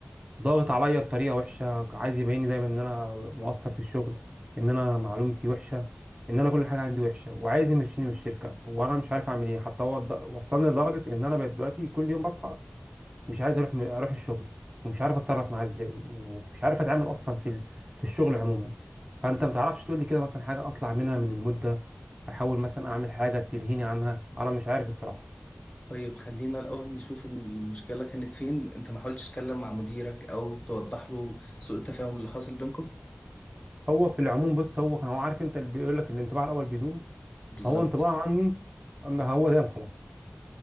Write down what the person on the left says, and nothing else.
طيب خلينا الأول نشوف المشكلة كانت فين أنت ما حاولتش تتكلم مع مديرك أو توضح له سوء التفاهم اللي حاصل بينكم
بالظبط